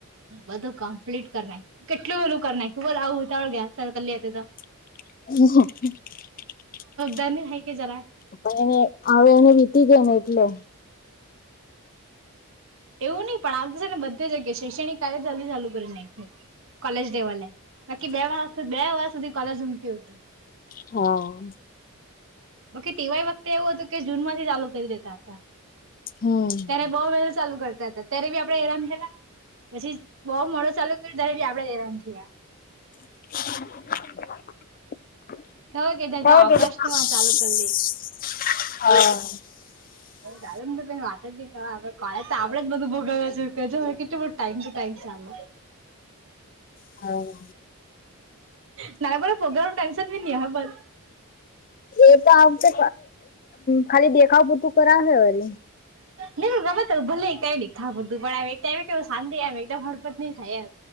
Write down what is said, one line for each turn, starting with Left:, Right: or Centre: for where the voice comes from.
Right: બધું કમ્પ્લીટ કર નાખ, કેટલું બધું કર નાયખું, બહું <unintelligible>
Left: <unintelligible>
Right: <unintelligible> જરાક
Left: પણ એને આવ એને વીતી ગયું ને એટલે.
Right: એવું નહી પણ આમ તો છે ને બધી જગ્યાએ શૈક્ષણિક કાર્ય જલ્દી ચાલુ કરે નાયખ કોલેજ લેવલે, બાકી બે વરહ બે વર્ષ સુધી કોલેજ <unintelligible>
Left: હા.
Right: <unintelligible> તેવાય વખતે એવું હતું કે જૂન માંથી ચાલુ કરી દેતા હતા.
Left: હમ્મ. હા. હા
Right: ત્યારે બહું વહેલું ચાલુ કરતા હતા, ત્યારે બી આપડે હેરાન થયેલા. પછી બહુ મોડો ચાલુ કર્યો ત્યારે બી આપડે જ હેરાન થયાં.
Left: <inaudible>
Right: ખબર
Left: <unintelligible>
Right: કે ત્યાં તો ઓગસ્ટ માં ચાલુ કરી દે. દાલ વાત જ નહી તો આપડે જ બધું ભોગવ કે હવે કેટલું બધું ટાઈમ ટુ ટાઈમ.
Left: હા.
Right: નારેગરે પ્રગ્રામ ટાઈમશન પ ન હા બલ.
Left: એ તો આ વખતે ખાલી દેખાવ બધું કરાવશે વારી.
Right: ન ગમેત ભલે એક દેખા પડતું પણ કે શાંતિ આવે એકદમ હડપત નહી થાય.